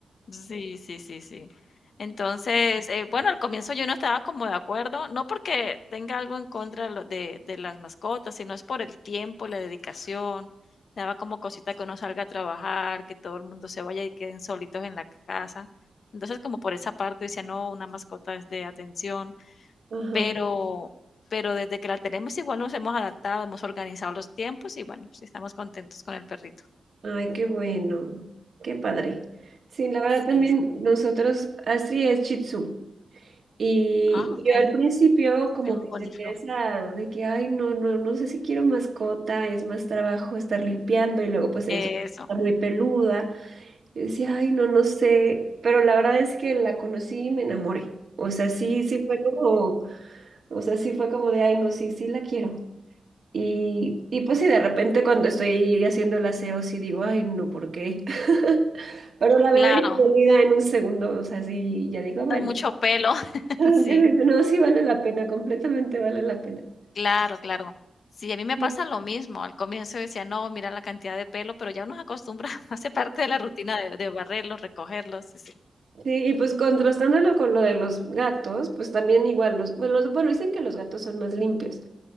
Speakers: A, on the left (about 75°); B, on the right (about 65°).
A: Sí, sí, sí, sí. Entonces, eh, bueno, al comienzo yo no estaba como de acuerdo, no porque tenga algo en contra lo- de, de las mascotas, sino es por el tiempo, la dedicación. Me daba como cosita que uno salga a trabajar, que todo el mundo se vaya y queden solitos en la casa. Entonces, como por esa parte decía, no, una mascota es de atención,
B: Ajá.
A: pero, pero desde que la tenemos igual nos hemos adaptado, hemos organizado los tiempos y bueno, sí estamos contentos con el perrito.
B: Ay, qué bueno. Qué padre. Sí, la verdad
A: Sí,
B: también
A: sí.
B: nosotros, Astrid es Shih Tzu. Y
A: Ah, ok,
B: yo al principio como
A: bien
B: que
A: bonito.
B: tenía esa de que, ay, no, no, no sé si quiero mascota, es más trabajo estar limpiando y luego pues ella
A: Eso.
B: es- está muy peluda. Yo decía, ay, no, no sé, pero la verdad es que la conocí y me enamoré. O sea, sí, sí fue como, o sea, sí fue como de, ay, no, sí, sí la quiero. Y, y pues sí, de repente cuando estoy haciendo el aseo, sí digo, ay, no, ¿por qué? <laughs> Pero la veo
A: Claro,
B: y se me olvida en un segundo, o sea, sí, ya digo,
A: bota
B: bueno,
A: mucho pelo. <laughs>
B: <laughs> no,
A: Sí,
B: sí vale la pena, completamente vale la pena.
A: claro, claro. Sí, a mí me
B: Sí,
A: pasa lo mismo. Al comienzo decía: "No, mira la cantidad de pelo", pero ya uno se acostumbra, <laughs> hace parte de la rutina de de barrerlos, recogerlos, sí, sí.
B: sí, y pues contrastándolo con lo de los gatos, pues también igual los, pues, los- bueno, dicen que los gatos son más limpios.